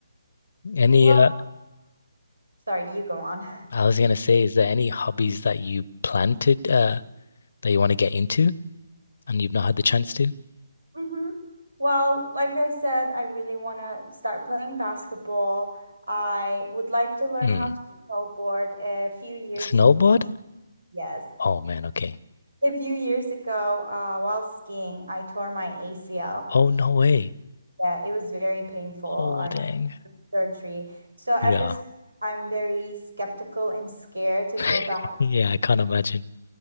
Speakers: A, on the left; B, on the right.
A: Any
B: Well,
A: uh
B: sorry, you go on. <laughs>
A: I was gonna say, is there any hobbies that you plan to uh that you want to get into and you've not had the chance to?
B: Mm-hmm. Well, like I said, I really want to start playing basketball. I would like to learn
A: Hmm.
B: how to snowboard a few years
A: Snowboard?
B: ago. Yes.
A: Oh man, okay.
B: A few years ago, uh, while skiing, I tore my ACL.
A: Oh no way.
B: Yeah, it was very painful.
A: Oh
B: I
A: dang.
B: had surgery. So ever
A: Yeah.
B: since, I'm very skeptical and scared to
A: <laughs>
B: go back.
A: Yeah, I can't imagine.